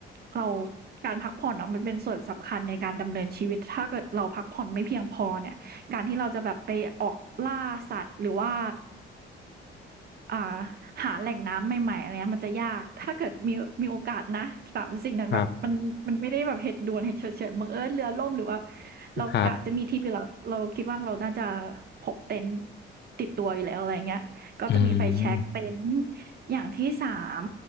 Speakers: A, on the right (about 50°); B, on the left (about 60°).
A: เราการพักผ่อนอะมันเป็นส่วนสำคัญในการดำเนินชีวิตถ้าเกิดเราพักผ่อนไม่เพียงพอเนี่ยการที่เราจะแบบไปออกล่าสัตว์หรือว่า อ่าหาแหล่งน้ำใหม่ๆอะไรเงี้ยมันจะยากถ้าเกิดมีมีโอกาสนะสามสิ่งนั้นแบบมันมันไม่ได้แบบเหตุด่วนเหตุฉุกเฉินบังเอิญเรือล่มหรือว่า
B: ครับ
A: เรากะจะมีทริปอยู่แล้วเราคิดว่าเราน่าจะ
B: ครับ
A: พกเต็นท์ติดตัวอยู่แล้วอะไรเงี้ยก็จะมีไฟแช็กเต็นท์
B: อืม
A: อย่างที่3